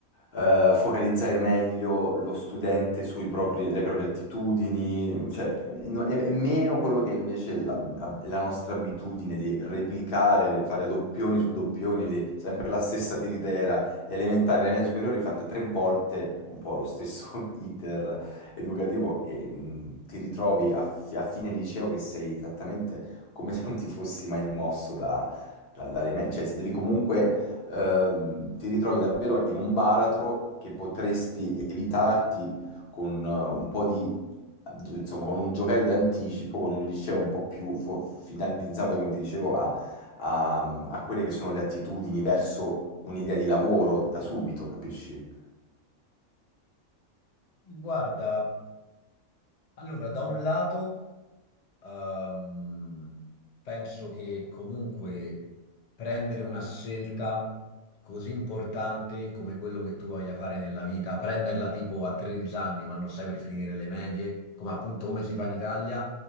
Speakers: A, on the left; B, on the left.
A: eh, focalizzare meglio lo studente sulle proprie attitudini, cioè no- è, è meno quello che invece la, la nostra abitudine di replicare, fare doppioni su doppioni, di sempre la stessa tiritera le elementari e le medie superiori ho fatto tre volte un po' lo stesso <laughs> iter educativo e mh, ti ritrovi a, fi- a fine liceo che sei esattamente come se non ti fossi mai mosso da, da- dalle medie, cioè se devi comunque ehm, ti ritrovi davvero in un baratro che potresti evitarti con eh, un po' di insomma, con un giocare di anticipo, con un liceo un po' più fo- finalizzato, come ti dicevo, a a, a quelle che sono le attitudini verso un'idea di lavoro da subito, capisci?
B: Guarda, allora, da un lato Ehm, penso che comunque prendere una scelta così importante come quello che tu voglia fare nella vita, prenderla tipo a 13 anni quando stai per finire le medie, come appunto come si fa in Italia,